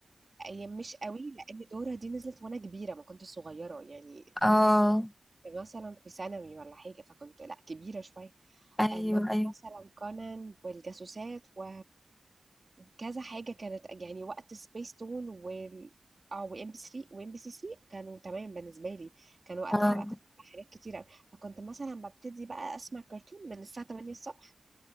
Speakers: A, on the right; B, on the left.
A: ايام مش قوي لان دورة دي نزلت وانا كبيره ما كنتش صغيره يعني
B: اه
A: مثلا في ثانوي ولا حاجه فكنت لا كبيره شويه
B: ايوه
A: انما
B: ايوه
A: مثلا كونان والجاسوسات و وكذا حاجة كانت يعني وقت سبيس تون وال اه وام بي 3 وام بي سي 3 كانوا تمام بالنسبة لي كان وقتها
B: اه
A: بقى كنت بتابع حاجات كتيرة أوي فكنت مثلا ببتدي بقى اسمع كرتون من الساعة 8 الصبح